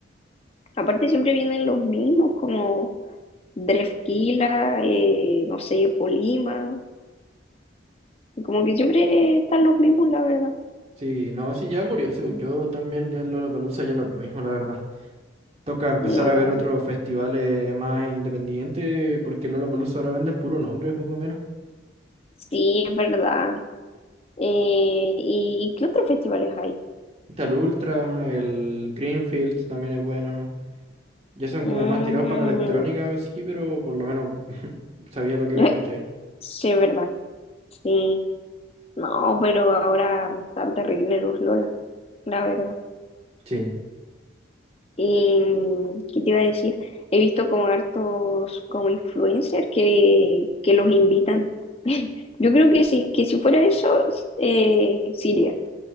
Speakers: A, on the left (about 30°); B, on the right (about 35°).
A: Aparte siempre vienen los mismos, como Drefquila, eh, no sé, Polima, como que siempre están los mismos, la verdad.
B: Sí, no, sí, ya murió, según yo también, ya el Lollapalooza ya no es lo mismo, la verdad. Toca empezar
A: No,
B: a ver otros festivales más independientes, porque el Lollapalooza ahora vende el puro nombre, poco menos.
A: sí, es verdad. Eh, ¿y qué otros festivales hay?
B: Está el Ultra, el Greenfield también es bueno. Ya son
A: Mm,
B: como más tirados para la electrónica, pues sí, pero por lo menos <laughs> sabía lo
A: <laughs>
B: que iba y ¿cachai?
A: sí, es verdad, sí. No, pero ahora están terribles los Lola, la verdad.
B: Sí.
A: Y, ¿qué te iba a decir? He visto como hartos como influencers que, que los invitan. <laughs> Yo creo que sí que si fuera eso, eh, sí iría.